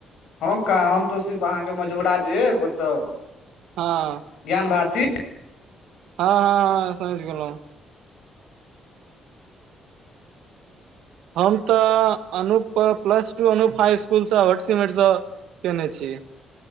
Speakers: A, on the left (about 80°); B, on the right (about 85°).
A: हम कहा हम तऽ सिर्फ अहाँके मझौरा जेे अतौ
B: हँ
A: ज्ञान भारती
B: हँ हँ हँ समझ गेलौ हम तऽ Anup plus two Anup high school से <unintelligible> सिमेट से केने छि